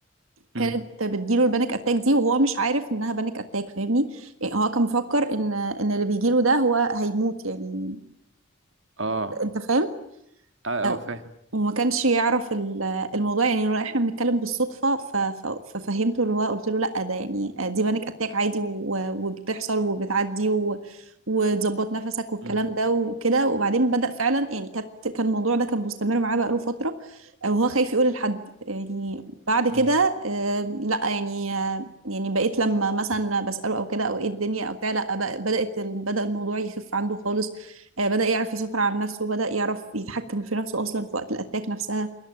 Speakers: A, on the right (about 60°); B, on the right (about 80°).
A: امم
B: كانت بتجيله البانيك اتاك دي وهو مش عارف انها بانيك اتاك فاهمني يعني هو كان مفكر ان ان اللي بيجيله ده هو هيموت يعني
A: اه
B: انت فاهم
A: اه
B: آه،
A: اه فاهم
B: وما كانش يعرف ال- الموضوع يعني لو احنا بنتكلم بالصدفة ف- ف- ففهمته اللي هو قلت له لا ده يعني دي بانيك اتاك عادي و- وبتحصل وبتعدي و- وتظبط نفسك والكلام
A: امم
B: ده وكده وبعدين بدأ فعلا يعني كانت كان الموضوع ده كان مستمر معاه بقاله فترة آه، وهو خايف يقول لحد يعني بعد كده
A: امم
B: آه، لا يعني آه، يعني بقيت لما مثلا بسأله او كده او ايه الدنيا او بتاع لا بق- بدأت ال- بدأ الموضوع يخف عنده خالص آه، بدأ يعرف يسيطر على نفسه بدأ يعرف يتحكم في نفسه أصلا في وقت الأتاك نفسها